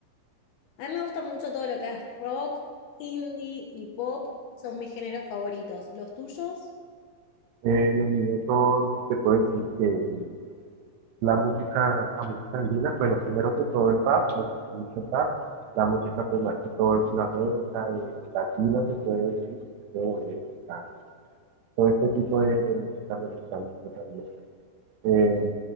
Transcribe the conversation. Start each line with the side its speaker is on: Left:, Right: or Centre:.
Left: A mí me gusta mucho todo lo que es rock, indie y pop. Son mis géneros favoritos. ¿Los tuyos?
Right: Eh, los míos son, te puedo decir que el- la música, la música andina, bueno, primero que todo el rap, me gusta mucho el rap, la música pues más que todo es Sudamérica, eh, latina se puede decir, de bolero, tango, todo este tipo de, de música me gusta mucho también. Eh,